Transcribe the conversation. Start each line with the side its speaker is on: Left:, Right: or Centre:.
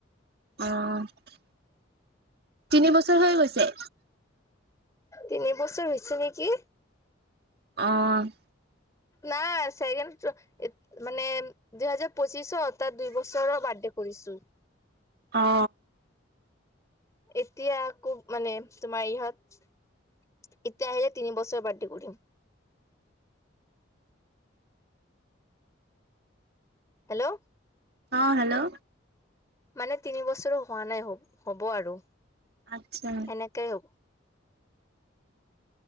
Right: অ', তিনি বছৰ হৈ গৈছে?
Left: তিনি বছৰ হৈছে নেকি?
Right: অ',
Left: না চেগেন ত' মানে দুহেজাৰ পঁচিশৰ তাৰ দুই বছৰৰ বাৰ্থডে কৰিছোঁ।
Right: অ
Left: এতিয়া আকৌ মানে তোমাৰ ইহঁত এতিয়া আহিলে তিনি বছৰ বাৰ্থডে কৰিম।
Right: <inaudible>
Left: হেল্ল'
Right: অ', হেল্ল'
Left: মানে তিনি বছৰো হোৱা নাই হ হব আৰু।
Right: আচ্ছা।
Left: এনেকেই হ'ব